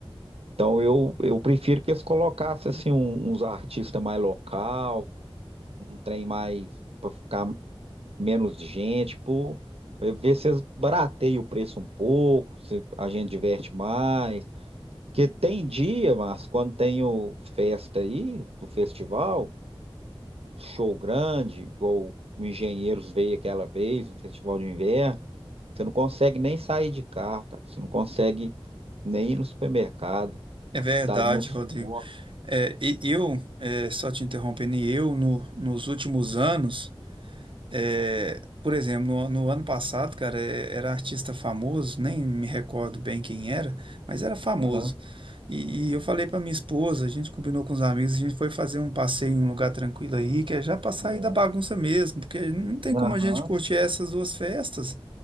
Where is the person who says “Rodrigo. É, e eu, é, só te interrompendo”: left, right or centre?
Right